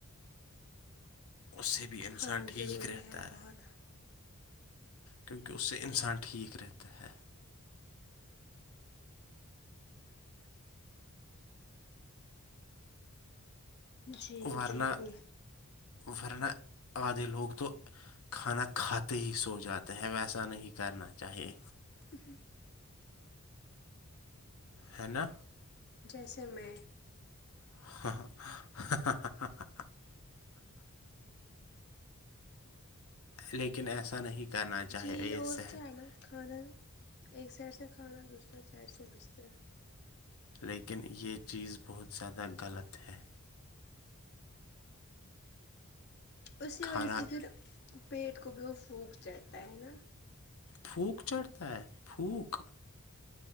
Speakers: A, on the left; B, on the left.
A: اس سے بھی انسان
B: ہاں
A: ٹھیک
B: ضروری
A: رہتا ہے
B: بہت
A: کیونکہ اس سے انسان ٹھیک رہتا ہے
B: جی
A: ورنا
B: بالکل
A: ورنا ادھے لوگ تو کھانا کھاتے ہی سو جاتے ہیں ویسا نہیں کرنا چاہیے
B: ہ
A: ہے نا
B: جیسے میں
A: ہ لیکن ایسا نہیں کرنا چاہیے
B: جی
A: یہ
B: اور
A: صحت
B: کیا ہے نا کھانا ایک سائڈ سے کھانا دوسرے سائڈ سے بستر
A: لیکن یہ چیز بہت زیادہ غلط ہے
B: اسی
A: کھانا
B: وجہ سے پھر پیٹ کو بھی وہ پھونک چڑھتا ہے نا
A: بھوک چڑھتا ہے پھوک